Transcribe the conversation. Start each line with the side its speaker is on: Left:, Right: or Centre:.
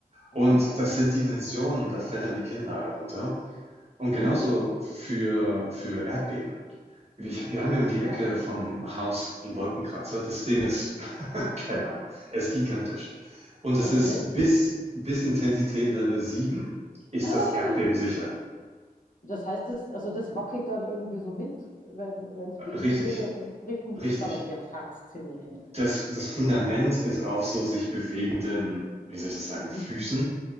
Left: ah,
Right: Und das sind Dimensionen, da fällt einem die Kinnlade runter. Und genauso
Left: <laughs>
Right: für, für Erdbeben. Wir, wir haben hier um
Left: ah,
Right: die Ecke vom Haus einen Wolkenkratzer. Das Ding ist, <laughs> keine Ahnung, es ist gigantisch. Und es
Left: okay.
Right: ist bis,
Left: <gasps>
Right: bis Intensität Level 7 ist
Left: Ah,
Right: das Erdbeben sicher.
Left: Das heißt, das, also das wackelt dann irgendwie so mit, wenn wenn es beben
Right: Richtig,
Left: würde und bricht nicht
Right: richtig
Left: zusammen. Ja, faszinierend.
Right: das, das Fundament ist auf so sich bewegenden, wie soll ich das sagen,
Left: Mhm,
Right: Füßen.